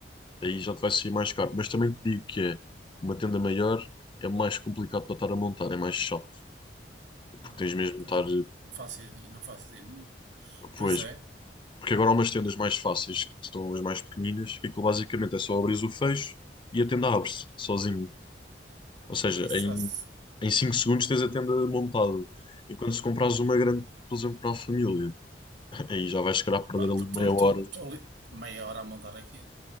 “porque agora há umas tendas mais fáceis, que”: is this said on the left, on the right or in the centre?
Left